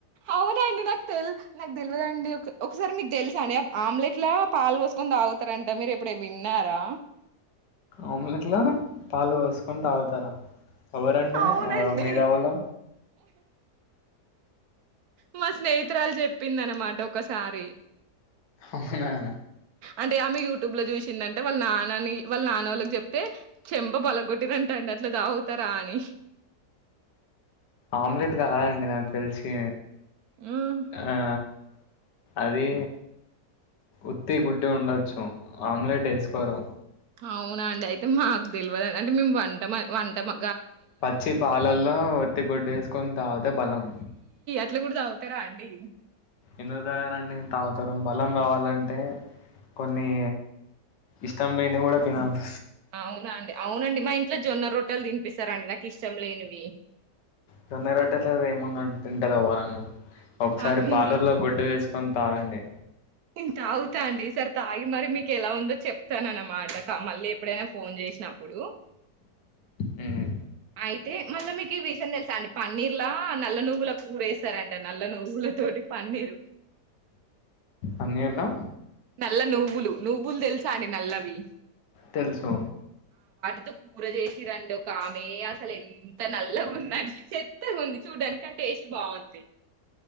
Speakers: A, on the right; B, on the left.
A: అవునా అండి నాక్ తెల్స్ నాకు తెల్వదండి ఒకె ఒకసారి మీకు తెలుసా అండే అ ఆమ్లెట్ లా పాలు పోసుకొని తాగుతారంట మీరు ఎప్పుడే విన్నారా
B: ఆమ్లెట్లా పాలు పోసుకొని తాగుతారా ఎవరండి
A: అవునండి
B: ఆ మీదావులు
A: మా స్నే త్రాలు చెప్పిందనమాట ఒ ఒకసారి
B: అవునా
A: అంటే ఆమె యూట్యూబ్ లో చూసిందన్ అంటే వాళ్ళ నాన్నని వాళ్ళ నాన్న వాళ్ళకి చెప్తే చెంప పలగొట్టిరంట అండి అట్ల తాగుతరా అని
B: ఆమ్లెట్ కాదండి నాకు తెల్సి
A: హ్మ్.
B: ఆ అది ఉత్తి గుడ్డే ఉండొచ్చు ఆమ్లెట్ ఏసుకోరు
A: అవునా అండి అయితే మాకు తెల్వదన్ అంటే మేము వంట మ వంట మ
B: పచ్చి పాలల్లో ఒత్తి గుడ్డేసుకొని తాగితే బలం
A: ఇట్ల కూడ తాగుతరా అండి
B: ఎందుకు తాగరండి తాగుతారు బలం రావాలంటే కొన్ని ఇష్టం లేనివి కూడా తినాల్సి
A: అవునా అండి అవునండి మా ఇన్ ఇట్ల జొన్న రొట్టెలు తినిపిస్తారండి నాకిష్టం లేనివి
B: జొన్నరొట్టె తోటేముందండి తింటారు ఎవ్వరన్న ఒకసారి
A: మా ఆయనేంది
B: పార్లర్ లో గుడ్డ్ వేస్ కొన్ తాగండి
A: నేం తాగుతా అండి సరితాగి మరి మీకు ఎలా ఉందో చెప్తాన్ అన్నమాట మళ్ళీ ఎప్పుడైనా ఫోన్ చేసినప్పుడు.
B: హ్మ్.
A: అయితే మళ్ళా మీకు ఈ విషయం తెలుసా అండి పన్నీర్లా నల్ల నువ్వుల కూరేస్తారంట నల్ల నువ్వుల తోటి పన్నీరు.
B: అన్నీలా
A: నల్ల నువ్వులు నువ్వులు తెలుసా అండి నల్లవి
B: తెలుసు
A: ఉత్త కూర చేసిరండి ఒక ఆమె అసలు ఎంత నల్లగా ఉందని చెత్తగుంది చూడ్డానికి కాన్ టేస్ట్ బాగుంది.